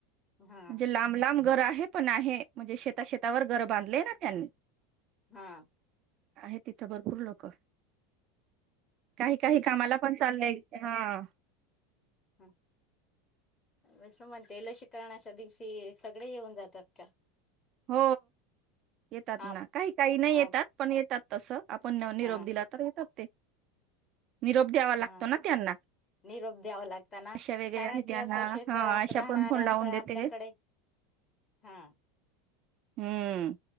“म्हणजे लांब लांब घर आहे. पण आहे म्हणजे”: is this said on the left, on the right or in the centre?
Right